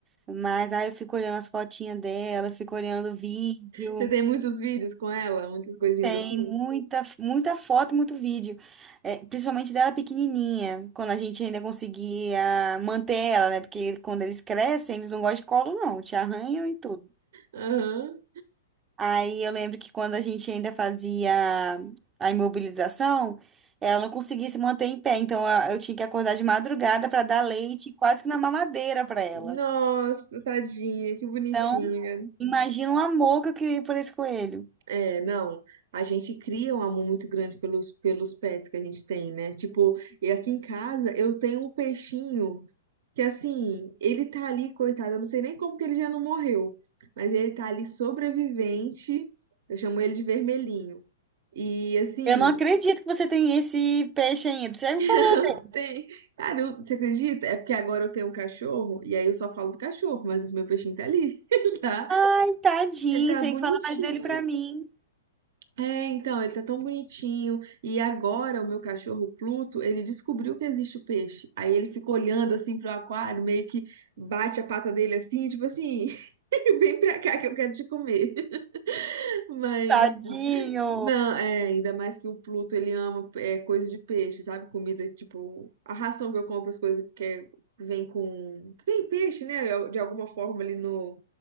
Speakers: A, on the right (about 20°); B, on the right (about 65°).
A: Mas aí eu fico olhando as fotinhas dela, fico olhando o vídeo.
B: Você tem muitos vídeos com ela, muitas coisinhas
A: Tem
B: assim?
A: muita, muita foto, muito vídeo. É, principalmente dela pequenininha, quando a gente ainda conseguia manter ela, né? Porque quando eles crescem, eles não gostam de colo, não, te arranham e tudo.
B: Aham.
A: Aí eu lembro que quando a gente ainda fazia a imobilização, ela não conseguia se manter em pé. Então a- eu tinha que acordar de madrugada para dar leite, quase que na mamadeira para ela.
B: Nossa, tadinha, que bonitinha.
A: Então, imagina o amor que eu criei por esse coelho.
B: É, não. A gente cria um amor muito grande pelos, pelos pets que a gente tem, né? Tipo, e aqui em casa eu tenho um peixinho que, assim, ele tá ali, coitado, eu não sei nem como que ele já não morreu, mas ele tá ali sobrevivente. Eu chamo ele de vermelhinho. E, assim,
A: Eu não acredito que você tem esse peixe ainda. Você já me
B: <laughs>
A: falou dele.
B: tem. Cara, eu- você acredita? É porque agora eu tenho um cachorro e aí eu só falo do cachorro, mas o meu peixinho tá ali. <laughs> Ele tá,
A: Ai, tadinho,
B: ele tá
A: você
B: bonitinho.
A: tem que falar mais dele pra mim.
B: É, então, ele tá tão bonitinho. E agora o meu cachorro Pluto, ele descobriu que existe o peixe. Aí ele fica olhando assim pro aquário, meio que bate a pata dele assim, tipo assim, <laughs> vem pra cá que eu quero te comer. <laughs> Mas
A: Tadinho!
B: não, é, ainda mais que o Pluto, ele ama é, coisa de peixe, sabe? Comida, tipo, a ração que eu compro, as coisas que é- que vem com... que tem peixe, né? De alguma forma ali no,